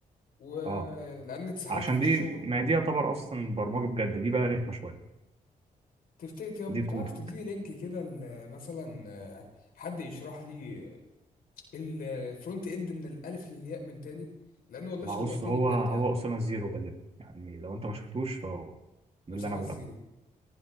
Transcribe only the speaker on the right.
اه
عشان
دي ما دي يعتبر اصلا برمجه بجد دي بقى رخمه شويه
دي
كود
ما
هو بص هو
هو
اسامه زيرو غالبا يعني لو انت ما شفتوش فهو ده
اللي انا بتابعه